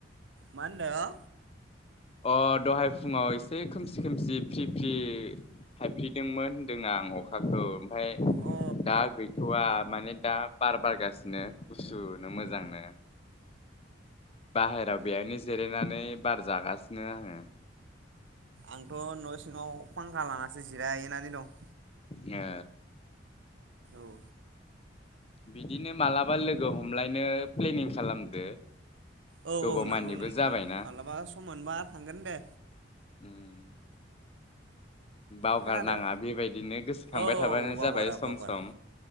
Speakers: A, on the right; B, on the left.
A: मा होनदों
B: अ दहाय फुङाव एसे खोमसि खोमसि फ्रि फ्रि थायफ्रिदोंमोन होन्दों आं अखाखौ ओमफ्राय
A: अ
B: दा गैथवा! माने दा बार बारगासिनो गुसुनो मोजांनो बाहेरायाव बेहायनो जिरायनानै बार जागासिनो। नो आङो।
A: आंथ न सिङाव फांखा लानासो जिरायनानै दं।
B: ए।
A: औ
B: बिदिनो मालाबा लोगो हमलायनो प्लेनिं खालामदो
A: औ
B: गोबाव
A: औ
B: मानिबो
A: नंगौ नंगौ
B: जाबायना
A: माब्लाबा सम मोनबा थांगोन दे।
B: उम। बावगारनाङा
A: खोनादों
B: बेबायदिनो गोसोखांबाय
A: औ
B: थाबानो
A: बावगारा
B: जाबाय सम
A: बावगारा
B: सम।